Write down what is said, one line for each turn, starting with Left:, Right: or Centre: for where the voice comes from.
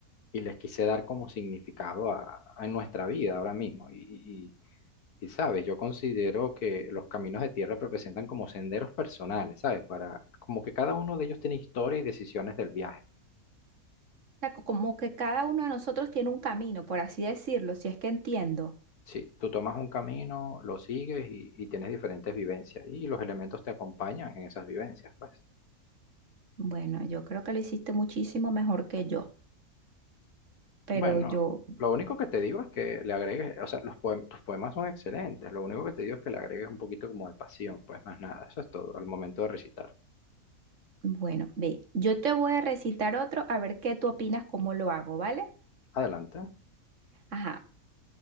Left: y les quise dar como significado a, a nuestra vida ahora mismo. Y, y- y, sabes, yo considero que los caminos de tierra representan como senderos personales, ¿sabes? Para, como que cada uno de ellos tiene historia y decisiones del viaje.
Right: sea, co- como que cada uno de nosotros tiene un camino, por así decirlo, si es que entiendo.
Left: Sí, tú tomas un camino, lo sigues y, y tienes diferentes vivencias y los elementos te acompañan en esas vivencias, pues.
Right: Bueno, yo creo que lo hiciste muchísimo mejor que yo, pero
Left: Bueno,
Right: yo,
Left: lo único que te digo es que le agregues, o sea, los poem- tus poemas son excelentes, lo único que te digo es que le agregues un poquito como de pasión, pues más nada, eso es todo al momento de recitar.
Right: bueno, ve, yo te voy a recitar otro a ver qué tú opinas cómo lo hago, ¿vale?
Left: Adelante.
Right: Ajá,